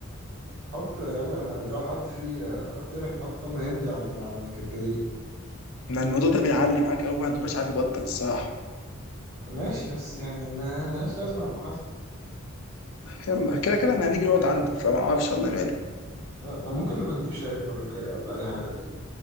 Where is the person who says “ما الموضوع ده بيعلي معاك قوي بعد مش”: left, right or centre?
Left